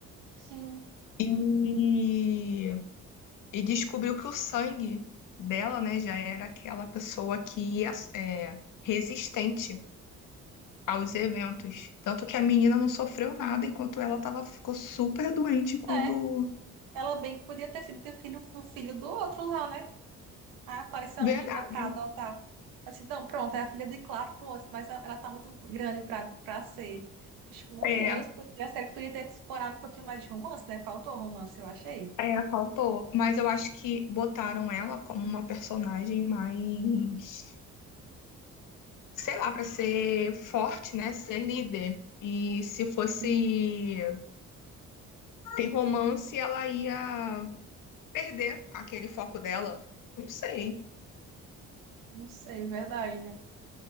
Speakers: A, on the right; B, on the left.
A: Sim.
B: e, e descobriu que o sangue dela, né, já era aquela pessoa que é é, resistente aos eventos. Tanto que a menina não sofreu nada enquanto ela tava, ficou super doente quando.
A: É, ela bem que podia ter sido o filho, o filho do outro lá, né? Aí apareceu uma
B: Verdade.
A: menina pra adotar. Eu disse, não, pronto, é a filha de Clark com osso, mas ela tá muito grande pra, pra ser. Acho que, meu
B: É,
A: Deus, porque a série podia ter explorado um pouquinho mais de romance, né? Faltou romance, eu achei.
B: É, faltou. Mas eu acho que botaram ela como uma personagem mais, sei lá, pra ser forte, né? Ser líder. E se fosse
A: Hum,
B: ter romance, ela ia perder aquele foco dela. Não sei,
A: Não sei, é verdade.